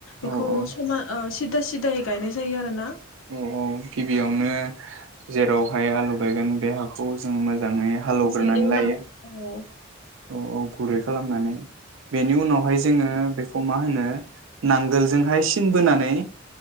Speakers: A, on the left; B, on the right.
A: बेखौ
B: औ औ
A: समा ओ सिदा सिद दायै गायनाय जायो आरो ना
B: औ औ गिबियावनो जेरावहाय आलु गायगोन बे हाखौ जों मोज मोजै हालेवग्रानै
A: मोजां एवना
B: लायो
A: औ
B: औ औ गुर खालामनानै बेनि उनावहाय
A: औ
B: जोङो बे खौ मा होनो नांगोलजोंहाय सिन बोनानै